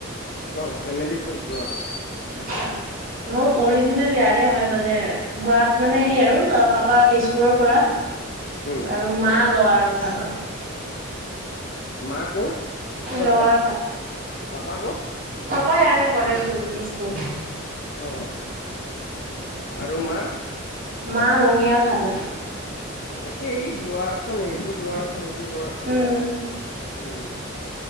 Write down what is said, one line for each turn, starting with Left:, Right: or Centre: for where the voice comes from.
Left: অঁ, ফেমিলি চব যোৰহাটৰ।
Right: আ মোৰৰি। ইয়াৰে হয় মানে গোৱাত মানে সেই আৰু পাপা দিছপুৰৰ পৰা।
Left: উম
Right: আৰু মা লৱাৰৰ ফালৰ।
Left: মা কৰ
Right: লৱাৰ
Left: অ বাপ পাপা কৰ?
Right: পায় আৰু গণেশগুৰি দিছপুৰ।
Left: অ আৰু মা?
Right: মা ৰঙিয়াৰ ফালে।
Left: একেই <unintelligible> এইটো লৰা আছা এইটো লৰা আছামেই।
Right: উম